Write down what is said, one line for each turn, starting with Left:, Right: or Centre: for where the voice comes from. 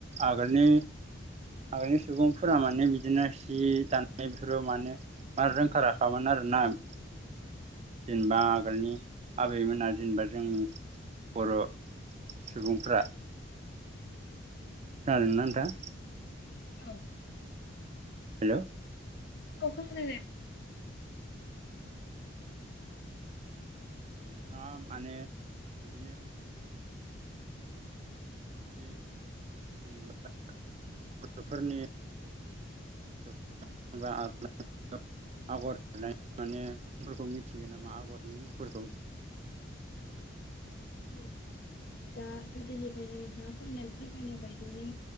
Right: आगोलनि आगोलनि सुबुंफोरा माने बिदिनो सि दानाय बेफोराव माने रोंखा राखामोन आरो <unintelligible> जेनेबा आगोलनि आबैमोना जेनेबा जोंनि बर' सुबुंफ्रा खोनादोंना नोंथां?
Left: औ
Right: हेल'
Left: औ खोनादों दे।
Right: नोंथाङा माने बिदिनो <unintelligible> गथ'फोरनि <unintelligible> आगर होननाय माने मुंफोरखौ मिथिगोन नामा आगरनि मुंफोरखौ। <inaudible>
Left: औ नोंथां दा गोदोनिफ्रायनो नोंथाङा फोरमाय फोरमायनाय बायदिनो